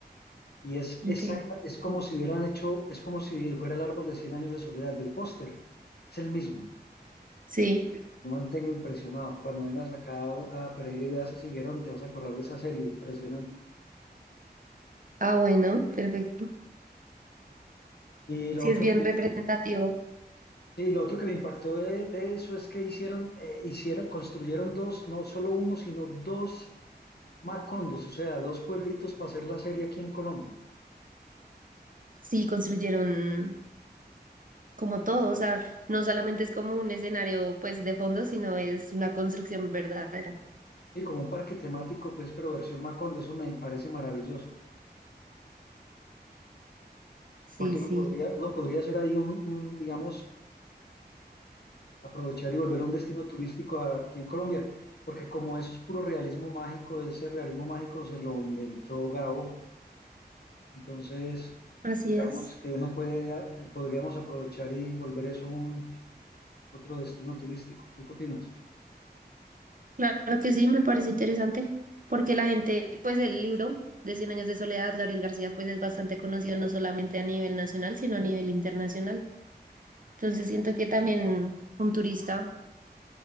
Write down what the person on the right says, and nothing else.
Ok,
sí,
ah, bueno, perfecto.
Sí
es bien
representativo,
sí construyeron como todo, o sea, no solamente es como un escenario pues de fondo, sino es una construcción verdadera.
Sí,
sí,
así
es.
Claro que sí, me parece interesante, porque la gente, pues el libro de Cien Años de Soledad, Gabriel García, pues es bastante conocido no solamente a nivel nacional, sino a nivel internacional. Entonces siento que también un turista